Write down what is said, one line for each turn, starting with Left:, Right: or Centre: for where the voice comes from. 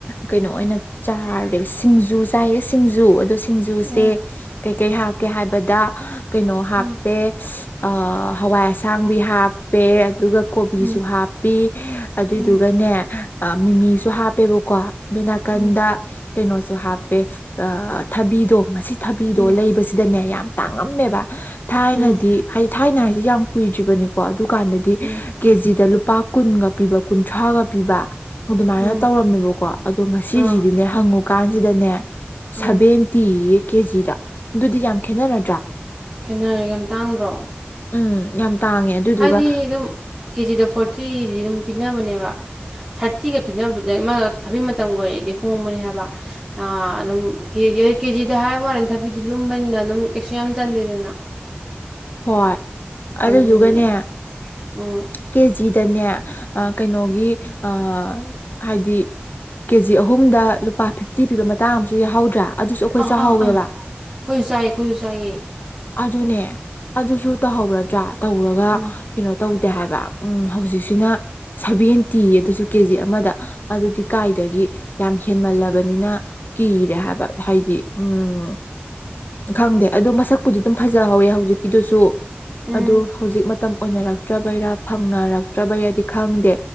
Left: ꯀꯩꯅꯣ ꯑꯣꯏꯅ ꯆꯥꯔꯦ ꯁꯤꯡꯖꯨ ꯆꯥꯏꯌꯦ ꯁꯤꯡꯖꯨ ꯑꯗꯣ ꯁꯤꯡꯖꯨꯁꯦ
Right: ꯎꯝ
Left: ꯀꯩꯀꯩ ꯍꯥꯞꯀꯦ ꯍꯥꯏꯕꯗ ꯀꯩꯅꯣ ꯍꯥꯞꯄꯦ
Right: ꯎꯝ
Left: ꯍꯋꯥꯏ ꯑꯁꯥꯡꯕꯤ ꯍꯥꯞꯄꯦ ꯑꯗꯨꯒ ꯀꯣꯕꯤꯁꯨ
Right: ꯎꯝ
Left: ꯍꯥꯞꯄꯤ ꯑꯗꯨꯏꯗꯨꯒꯅꯦ
Right: ꯎꯝ
Left: ꯃꯤꯃꯤꯁꯨ ꯍꯥꯞꯄꯦꯕꯀꯣ ꯑꯗꯨꯅ ꯀꯗ
Right: ꯎꯝ
Left: ꯀꯩꯅꯣꯁꯨ ꯍꯥꯞꯄꯦ ꯊꯕꯤꯗꯣ ꯉꯁꯤ ꯊꯕꯤꯗꯣ
Right: ꯎꯝ
Left: ꯂꯩꯕꯁꯤꯗꯅꯦ ꯌꯥꯝ ꯉꯝꯃꯦꯕ ꯊꯥꯏꯅꯗꯤ
Right: ꯎꯝ
Left: ꯍꯥꯏꯗꯤ ꯊꯥꯏꯅ ꯍꯥꯏꯁ ꯌꯥꯝ ꯀꯨꯏꯗ꯭ꯔꯤꯕꯅꯤꯀꯣ ꯑꯗꯨ ꯑꯗꯨ ꯀꯥꯟꯗꯗꯤ
Right: ꯎꯝ
Left: ꯀꯦꯖꯤꯗ ꯂꯨꯄꯥ ꯀꯨꯟꯒ ꯄꯤꯕ ꯀꯨꯟꯊ꯭ꯔꯥꯒ ꯄꯤꯕ ꯑꯗꯨꯃꯥꯏꯅ
Right: ꯎꯝ
Left: ꯇꯧꯔꯝꯃꯦꯕꯀꯣ ꯑꯗꯣ ꯉꯁꯤꯁꯤꯗꯤꯅꯦ
Right: ꯑꯥ
Left: ꯍꯪꯉꯨꯀꯥꯟꯁꯤꯗꯅꯦ
Right: ꯎꯝ
Left: ꯁꯚꯦꯟꯇꯤ ꯀꯦꯖꯤꯗ ꯑꯗꯨꯗꯤ ꯌꯥꯝ ꯈꯦꯠꯅꯔꯦ
Right: ꯈꯦꯅꯔꯒꯦ ꯌꯥꯝ ꯇꯥꯡꯗ꯭ꯔꯣ
Left: ꯎꯝ ꯌꯥꯝ ꯇꯥꯡꯉꯦ ꯑꯗꯨꯗꯨꯒ
Right: ꯍꯥꯏꯗꯤ ꯑꯗꯨꯝ ꯀꯦꯖꯤꯗ ꯐꯣꯔꯇꯤꯗꯤ ꯑꯗꯨꯝ ꯄꯤꯅꯕꯅꯦꯕ ꯊꯥꯔꯇꯤꯒ ꯄꯤꯅꯕꯗ ꯃꯥ ꯊꯕꯤꯛ ꯃꯇꯝꯒ ꯑꯣꯏꯔꯗꯤ ꯍꯣꯡꯕꯅꯦ ꯍꯥꯏꯕ ꯑꯗꯨꯝ ꯑꯩ ꯀꯦꯖꯤꯗ ꯍꯥꯏꯕ ꯋꯥꯟꯅ ꯊꯥꯔꯐꯤꯗꯤ ꯂꯨꯝꯕꯅꯤꯅ ꯑꯗꯨꯝ ꯀꯩꯁꯨ ꯌꯥꯝ ꯆꯟꯗꯦꯗꯅ
Left: ꯍꯣꯏ ꯑꯗꯨꯗꯨꯒꯅꯦ
Right: ꯑꯗꯨꯅꯦ ꯎꯝ
Left: ꯀꯦꯖꯤꯗꯅꯦ ꯑ ꯀꯩꯅꯣꯒꯤ ꯑ ꯍꯥꯏꯗꯤ ꯀꯦꯖꯤ ꯑꯍꯨꯝꯗ ꯂꯨꯄꯥ ꯐꯤꯐꯇꯤ ꯄꯤꯕ ꯃꯇꯥꯡ ꯑꯃꯁꯨ ꯌꯥꯎꯍꯧꯗ꯭ꯔꯥ ꯑꯗꯨꯁꯨ ꯑꯩꯈꯣꯏ
Right: ꯑꯥ
Left: ꯆꯥꯍꯧꯋꯦꯕ
Right: ꯑꯥ ꯑꯥ ꯑꯩꯈꯣꯏꯁꯨ ꯆꯥꯏꯌꯦ ꯑꯩꯈꯣꯏꯁꯨ ꯆꯥꯏꯌꯦ
Left: ꯑꯗꯨꯅꯦ ꯑꯗꯨꯁꯨ ꯇꯧꯍꯧꯔꯗ꯭ꯔꯥ ꯇꯧꯔꯒ
Right: ꯎꯝ
Left: ꯀꯩꯅꯣ ꯇꯧꯗꯦ ꯍꯥꯏꯕ ꯎꯝ ꯍꯧꯖꯤꯛꯁꯤꯅ ꯁꯚꯦꯟꯇꯤ ꯑꯗꯨꯁꯨ ꯀꯦ ꯖꯤ ꯑꯃꯗ ꯑꯗꯨꯗꯤ ꯀꯥꯏꯗꯒꯤ ꯌꯥꯝ ꯍꯦꯟꯃꯜꯂꯕꯅꯤꯅ ꯀꯤꯔꯦ ꯍꯥꯏꯕ ꯍꯥꯏꯗꯤ ꯎꯝ ꯈꯪꯗꯦ ꯑꯗꯨ ꯃꯁꯛꯄꯨꯗꯤ ꯑꯗꯨꯝ ꯐꯖꯍꯧꯋꯦ ꯍꯧꯖꯤꯛꯀꯤꯗꯨꯁꯨ
Right: ꯎꯝ
Left: ꯑꯗꯨ ꯍꯧꯖꯤꯛ ꯃꯇꯝ ꯑꯣꯏꯅꯔꯛꯇ꯭ꯔꯕꯩꯔꯥ ꯐꯪꯅꯔꯛꯇ꯭ꯔꯕꯩꯔꯗꯤ ꯈꯪꯗꯦ